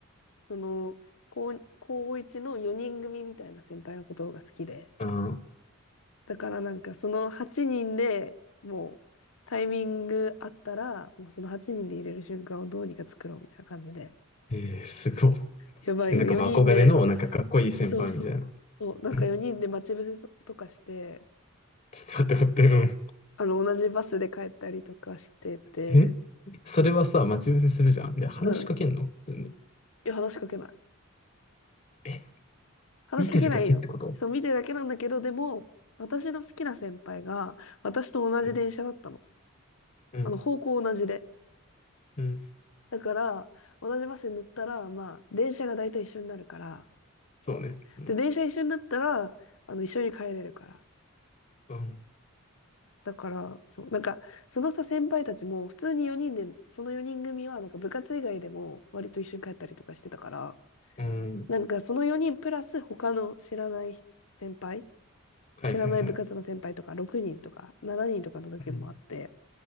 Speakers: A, on the left (about 70°); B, on the left (about 35°).
A: その、高、高1の4人組みたいな先輩のことが好きで、
B: あ
A: だからなんかその8人でもうタイミングあったら、もうその8人で入れる瞬間をどうにか作ろうみたいな感じで、
B: ー、えー、すごい。
A: やばいよ、
B: えなんかまあ憧れの、
A: 4人で、
B: なんかかっこいい先輩みたいな。
A: そうそう、そう、なんか4人で待ち伏せとかして、
B: うん。ちょっと待って待って、
A: あの、同じバスで帰ったりとかしてて、
B: うん。えそれはさ、
A: そ
B: 待ち伏せするじゃん。で、話しかけんの普通に。
A: う、うん、いや、話しかけない。
B: え
A: 話しかけないよ。
B: 見てるだけってこと
A: そう、見てるだけなんだけど、でも、私の好きな先輩が、私と同じ電車だったの。
B: うん。うん。
A: あの、方向同じで。
B: うん
A: だから、同じバスに乗ったら、まあ、電車が大体一緒になるから。
B: そうね。うん。
A: で、電車一緒になったら、あの、一緒に帰れるから。
B: うん。
A: だから、そう、なんか、そのさ、先輩たちも、普通に4人で、その4人組は、なんか部活以外でも、割と一緒に帰ったりとかしてたから、
B: うん
A: なんか、その4人プラス他の知らない先輩
B: はいはいはい。
A: 知らない部活の先輩とか6人とか7人とかの時もあって、
B: うん。